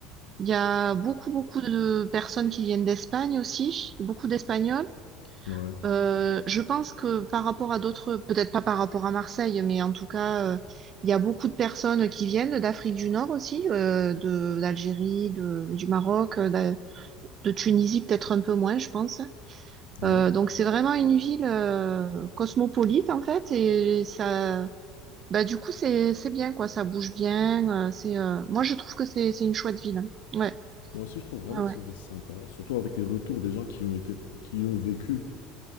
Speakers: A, on the right (about 40°); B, on the left (about 70°).
A: il y a beaucoup, beaucoup de personnes qui viennent d'Espagne aussi, beaucoup d'Espagnols.
B: Ouais,
A: Euh, je pense que par rapport à d'autres, peut-être pas par rapport à Marseille, mais en tout cas, euh, il y a beaucoup de personnes qui viennent d'Afrique du Nord aussi, euh, de d'Algérie, de, du Maroc, euh, de, de Tunisie peut-être un peu moins, je pense.
B: ouais.
A: Euh, donc c'est vraiment une ville euh, cosmopolite en fait, et ça, bah du coup c'est c'est bien quoi, ça bouge bien. euh, c'est euh, moi je trouve que c'est c'est une chouette ville. hein. Ouais,
B: Moi aussi, je trouve vraiment
A: ouais,
B: que
A: ouais,
B: c'est juste sympa, surtout avec les retours des gens qui y ont été, qui y ont vécu.